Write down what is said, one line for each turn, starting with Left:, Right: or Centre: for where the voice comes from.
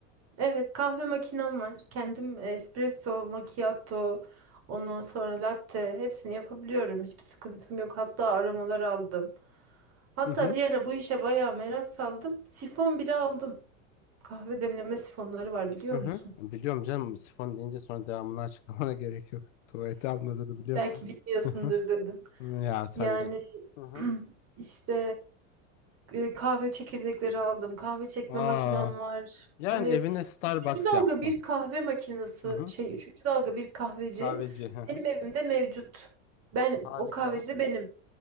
Right: Evet, kahve makinem var. Kendim espresso, macchiato, ondan sonra latte hepsini yapabiliyorum. Hiçbir sıkıntım yok. Hatta aromalar aldım. Hatta
Left: Hı hı.
Right: bir ara bu işe bayağı merak saldım. Sifon bile aldım. Kahve demleme sifonları var biliyor
Left: Hı hı.
Right: musun?
Left: Biliyorum canım sifon deyince sonra devamını açıklamana <laughs> gerek yok. Tuvalete almadığını biliyorum.
Right: Belki bilmiyorsundur
Left: Hı hı.
Right: dedim.
Left: Hı, Ya sen
Right: Yani
Left: de. Hı hı.
Right: <clears throat> işte e, kahve çekirdekleri aldım. Kahve çekme
Left: Aa,
Right: makinem var.
Left: yani
Right: Hani
Left: evine Starbucks
Right: üçüncü dalga
Left: yaptın.
Right: bir kahve makinesi
Left: Hı hı.
Right: şey üçüncü dalga bir kahveci
Left: Kahveci. Hı hı.
Right: benim evimde mevcut. Ben
Left: Harika.
Right: o kahveci de benim.